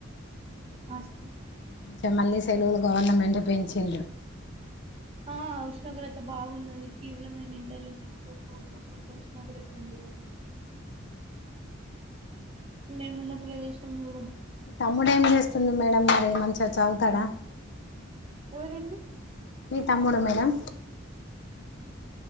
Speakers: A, on the right; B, on the left.
A: ఫాస్ట్
B: ఇంక మళ్ళీ సెలవులు గవర్నమెంట్ పెంచిండు
A: ఆ ఉష్ణోగ్రత బాగున్నది తీవ్రమైన ఎండలు ఉన్నాయి ఒక్కొక్క ఊర్లో ఒక్కొక్క ఉష్ణోగ్రత ఉంది గా మేమున్న ప్రదేశంంలో
B: తమ్ముడేంచేస్తుంది మేడం మరి మంచి అ చదువు తాడా
A: ఎవరండి
B: మీ తమ్ముడు మేడం